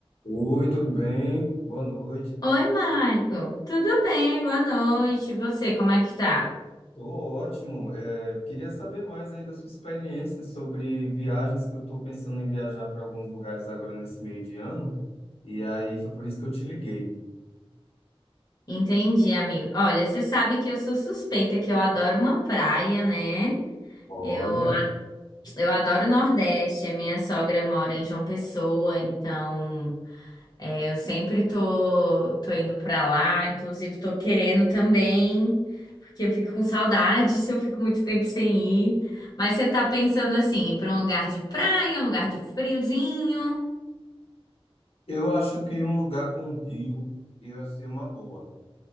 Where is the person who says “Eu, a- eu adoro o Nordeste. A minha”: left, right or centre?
Left